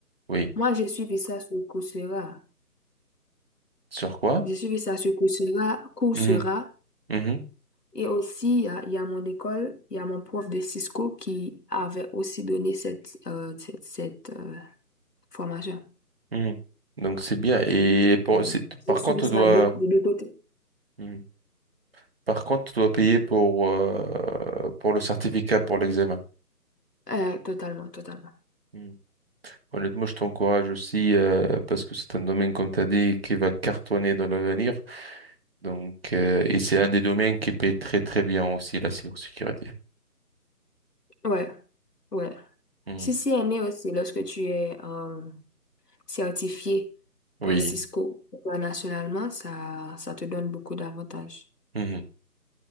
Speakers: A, on the right; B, on the left.
A: Oui.
B: moi, j'ai suivi ça sur Coursera.
A: Sur quoi?
B: J'ai suivi ça sur Coursera, Coursera.
A: Mhm, mhm,
B: Et aussi, il y a, il y a mon école, il y a mon prof de Cisco qui avait aussi donné cette, euh, cette, cette, euh, formation.
A: mhm. Donc c'est bien. Et
B: Donc,
A: pour,
B: euh,
A: c'est- par
B: J'ai suivi
A: contre,
B: ça
A: tu dois,
B: de, de deux côtés.
A: Mhm. par contre, tu dois payer pour euh, pour le certificat, pour l'examen.
B: Euh, totalement, totalement.
A: Mhm. Honnêtement, je t'encourage aussi euh, parce que c'est un domaine, comme tu as dit, qui va cartonner dans l'avenir. Donc, euh, et c'est un des domaines qui paye très très bien aussi la cybersécurité.
B: Ouais, ouais.
A: Hmm.
B: Si c'est né aussi, lorsque tu es, euh, certifié
A: Oui,
B: par Cisco internationalement, ça, ça te donne beaucoup d'avantages.
A: Mhm.